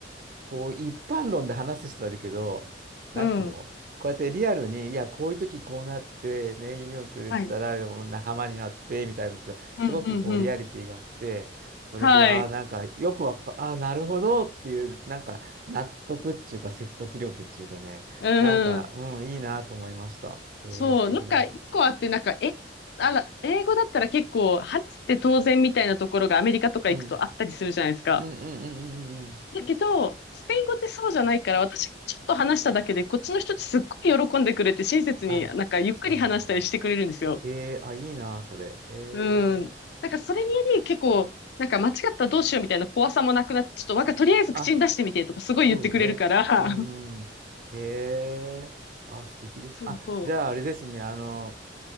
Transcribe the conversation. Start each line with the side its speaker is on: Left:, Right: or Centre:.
Right: こう一般論で話す人はいるけど、なんていうのこうやってリアルに、
Left: うん。
Right: いや、こういう時こうなって、ね、犬を連れてたらもう仲間になって、
Left: はい。
Right: みたいなのって、
Left: うん、
Right: すごくこうリアリティがあって、
Left: うん、うん。
Right: それで、
Left: はい。
Right: ああ、なんかよくわか、ああ、なるほどっていう、なんか納得っていうか説得力っていうかね、
Left: うん。
Right: なんか、うん、いいなと思いました。えー素敵だな。
Left: そう。なんか、一個あって、なんか、え、あら、英語だったら結構、話って当然みたいなところがアメリカとか行くとあったりするじゃないですか。
Right: うん。うんうんうんうんうんうん。
Left: だけど、スペイン語ってそうじゃないから、私ちょっと話しただけで、こっちの人ってすっごい喜んでくれて、親切になんかゆっくり話したりしてくれるんですよ。
Right: あ、そうだよね。えーあ、いいな、それ。えー
Left: うん。なんかそれにより結構、なんか間違ったらどうしようみたいな怖さもなくなって、ちょっとわか、とりあえず口に出してみてとかすごい言ってくれるから。
Right: あそうね。うんうん。へえ。あ、素敵です。
Left: <laughs> そうそ
Right: あ、じゃああれですね。あの、